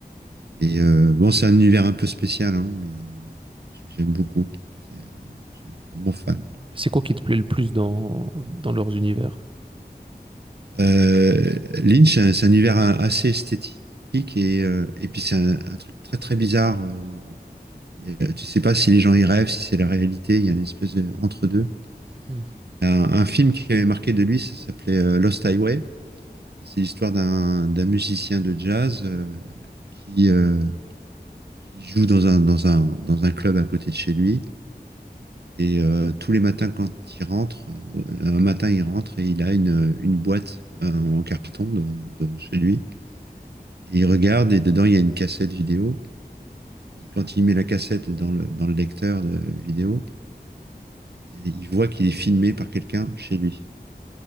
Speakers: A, on the right; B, on the right.
A: Et euh, bon, c'est un univers un peu spécial, hein, mais euh, j'aime beaucoup. C'est, euh, je suis vraiment fan.
B: C'est quoi qui te plaît le plus dans, dans leurs univers?
A: Euh, Lynch, c'est un c'est un univers a- assez esthétique et, euh, et puis c'est un, un truc très très bizarre. euh, où il y a- tu sais pas si les gens y rêvent, si c'est la réalité. Il y a une espèce de entre deux.
B: Hmm.
A: Un, un film qui avait marqué de lui, ça s'appelait euh, Lost Highway. C'est l'histoire d'un d'un musicien de jazz euh, qui, euh, qui joue dans un, dans un, dans un club à côté de chez lui. Et euh, tous les matins, quand il rentre, euh, un matin, il rentre et il a une, une boîte euh, en carton devant, devant chez lui. Et il regarde et dedans, il y a une cassette vidéo. Et quand il met la cassette dans le, dans le lecteur de vidéo, il voit qu'il est filmé par quelqu'un chez lui.